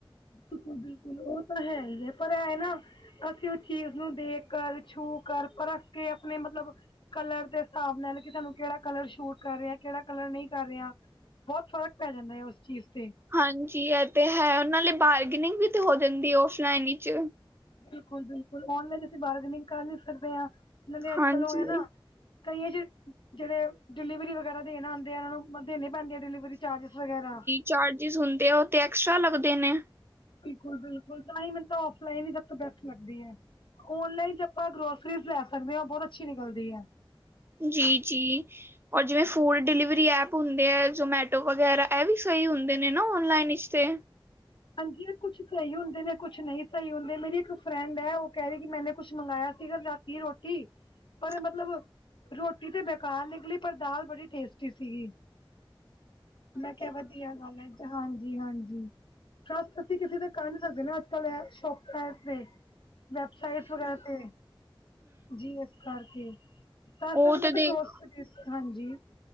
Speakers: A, on the left (about 65°); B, on the right (about 25°).
A: ਬਿਲਕੁਲ-ਬਿਲਕੁਲ ਉਹ ਤਾਂ ਹੈ ਹੀ ਐ, ਪਰ ਐਹ ਨਾ ਅਸੀਂ ਉਸ ਚੀਜ਼ ਨੂੰ ਦੇਖ ਕਰ, ਛੂ ਕਰ ਪਰਖ ਕੇ ਆਪਣੇ ਮਤਲਬ ਕਲਰ ਦੇ ਹਿਸਾਬ ਨਾਲ ਕਿ ਤੁਹਾਨੂੰ ਕਿਹੜਾ ਕਲਰ ਸ਼ੂਟ ਕਰ ਰਿਹਾ, ਕਿਹੜਾ ਕਲਰ ਨਈ ਕਰ ਰਿਹਾ। ਬਹੁਤ ਫ਼ਰਕ ਪੈ ਜਾਂਦਾ ਐ, ਉਸ ਚੀਜ਼ ਤੇ।
B: ਹਾਂਜੀ ਇਹ ਤੇ ਹੈ, ਉਹਨਾਂ ਲਈ ਬਾਰਗੀਨਿੰਗ ਵੀ ਤੇ ਹੋ ਜਾਂਦੀ ਐ ਔਫਲਾਈਨ ਵਿੱਚ।
A: ਬਿਲਕੁਲ-ਬਿਲਕੁਲ ਔਨਲਾਈਨ ਅਸੀਂ ਬਾਰਗਨਿੰਗ ਕਰ ਨੀ ਸਕਦੇ ਆਂ ਨਾਂ, ਤੇ ਅੱਜ-ਕੱਲ
B: ਹਾਂਜੀ
A: ਉਹ ਐ ਨਾ ਕਈ ਆਹ ਜਿਹੜੇ ਡਿਲੀਵਰੀ ਵਗੈਰਾ ਦੇਣ ਆਂਦੇ ਆ, ਉਹਨਾਂ ਨੂੰ ਦੇਣੇ ਪੈਂਦੇ ਆ। ਡਿਲੀਵਰੀ ਚਾਰਜਿਸ ਵਗੈਰਾ।
B: ਚਾਰਜਿਸ ਹੁੰਦੇ ਆ, ਉਹ ਤੇ ਐਕਸਟਰਾ ਲੱਗਦੇ ਨੇ।
A: ਬਿਲਕੁਲ-ਬਿਲਕੁਲ, ਤਾਂਹੀ ਮੈਨੂੰ ਤਾਂ ਔਫਲਾਈਨ ਹੀ ਸਭ ਤੋਂ ਬੈਸਟ ਲੱਗਦੀ ਐ। ਓਨਲਾਈਨ ਚ ਆਪਾਂ ਗਰੋਸਰੀਜ਼ ਲੈ ਸਕਦੇ ਹਾਂ, ਉਹ ਬਹੁਤ ਅੱਛੀ ਨਿਕਲਦੀ ਐ।
B: ਜੀ-ਜੀ। ਔਰ ਜਿਵੇਂ ਫੂਡ ਡਿਲੀਵਰੀ ਐਪ ਹੁੰਦੇ ਹੈ ਜ਼ੋਮੈਟੋ ਵਗੈਰਾ, ਇਹ ਵੀ ਸਹੀ ਹੁੰਦੇ ਨੇ ਨਾ ਔਨਲਾਈਨ ਇਸ ਤੇ।
A: ਹਾਂਜੀ ਕੁਛ ਸਹੀ ਹੁੰਦੇ ਨੇ, ਕੁਛ ਨਹੀਂ ਸਹੀ ਹੁੰਦੇ, ਮੇਰੀ ਇੱਕ ਫਰੈਂਡ ਹੈ ਉਹ ਕਹਿ ਰਹੀ ਕਿ ਮੈਨੇ ਕੁਛ ਮੰਗਵਾਇਆ ਸੀਗਾ ਕੱਲ ਰਾ ਕੀ ਰੋਟੀ।
B: <unintelligible>
A: ਪਰ ਮਤਲਬ ਰੋਟੀ ਤੇ ਬੇਕਾਰ ਨਿਕਲੀ, ਪਰ ਦਾਲ ਬੜੀ ਟੇਸਟੀ ਸੀਗੀ। ਮੈਂ ਕਿਹਾ ਵਧੀਆ ਗੱਲ ਐ, ਹਾਂਜੀ-ਹਾਂਜੀ। ਟਰੱਸਟ ਅਸੀਂ ਕਿਸੇ ਦਾ ਕਰ ਨੀ ਸਕਦੇ ਨਾ, ਅੱਜ-ਕੱਲ ਇਹ ਸੌਪ ਐਹ ਤੇ ਵੈਬਸਾਈਟਸ ਵਗੈਰਾ ਤੇ ਜੀ ਏਸ ਕਰਕੇ, ਪਰਸੋਂ
B: ਉਹ
A: ਦੀ
B: ਤੇ
A: ਮਤਲਬ
B: ਦੇਖ
A: ਗਰੌਸਰੀ, ਹਾਂਜੀ।